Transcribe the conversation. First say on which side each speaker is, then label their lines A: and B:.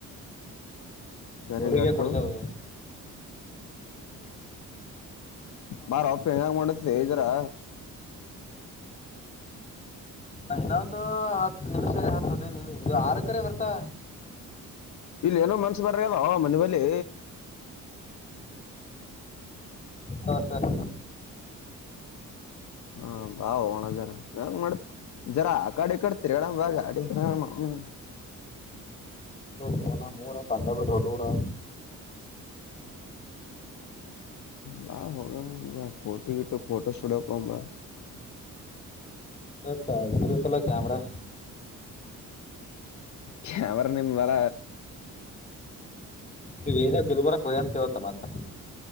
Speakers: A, on the left; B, on the left.
A: ಕರಿ
B: ಅವರಿಗೆ
A: ಗಟ್ಟು
B: ಕೊಡ್ಸೋದು
A: ಬಾರೋ ಅಪ್ಪಿ ಏನ ಮಾಡ್ಲಾತಿದಿ ಜರಾ.
B: ಹನ್ನೊಂದು ಹತ್ತು ನಿಮಿಷ ಹತ್ತು ಹದಿನೈದು ನಿಮಿಷ್ ಇದು ಆರು ಎಕರೆ ಬರ್ತಾವಾ.
A: ಇಲ್ಲ ಏನೋ ಮನ್ಸ ಬರಲ್ಲ ಹೋಗ್ಯಾದೋ ಮನಿಬಲ್ಲಿ
B: ಹೌ ಸರಿ
A: ಹಾ ಬಾ ಹೋಗಣ ಜರಾ ಹೆಂಗ್ ಮಾಡತಿ....... ಜರಾ ಅಕಾಡಿ ಇಕಾಡಿ ತಿರ್ಗಾಡಂ ಬಾ ಗಾಡಿ ಮ್ಯಾಲ್ ಅವ್ನವೂನ್......
B: ಹ ನಮ್ಮೂರ ಕಾಂಡಾಬಟಿ ದೂರ
A: ಬ ಹೋಗಾಮ ಬಾ ಫೋಟೋ ಗಿಟ್ಟೋ ಫೋಟೋ ಸ್ಟುಡಿಯೋ ಹೋಗಮ್ಮ ಬಾ.
B: ಅದಕ ಇದು ಬೇಕಲ್ಲ ಕ್ಯಾಮ್ರಾ.
A: ಕ್ಯಾಮೆರಾ ನಿಂಬಲ.
B: ವಿರಿಯಾ ಗುಲ್ಬರ್ಗಕ್ ಹೋಗ್ಯಾನ್ ಅಂತ ಇವತ್ತ್ ಮತ್....